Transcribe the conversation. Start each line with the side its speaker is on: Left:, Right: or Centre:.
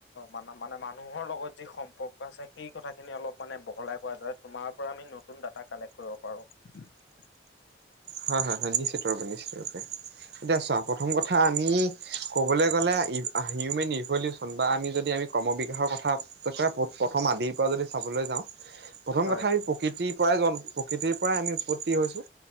Left: মান মানে মানুহৰ লগত যি সম্পৰ্ক আছে সেই কথাখিনি অলপ মানে বহলাই কোৱা যাতে তোমাৰ পৰা আমি নতুন ডাটা কালেক্ট কৰিব পাৰো। <inaudible>
Right: হয় হয় হয় নিশ্চিত ৰূপে নিশ্চিত ৰূপে এতিয়া চোৱা প্ৰথম কথা আমি কবলৈ গ'লে হিউমেন ৰিভলিউচন বা আমি যদি আমি ক্ৰম বিকাশৰ কথা প্ৰথম আদিৰ পৰা যদি চাবলৈ যাওঁ প্ৰথম
Left: হয়
Right: কথা আমি প্ৰকৃতিৰ পৰাই জন প্ৰকৃতিৰ পৰাই আমি উৎপত্তি হৈছোঁ